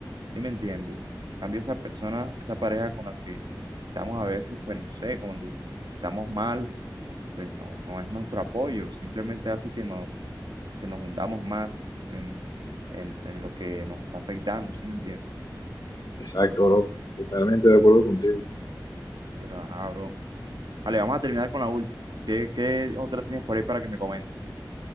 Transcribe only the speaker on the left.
Exacto, bro. Totalmente de acuerdo contigo.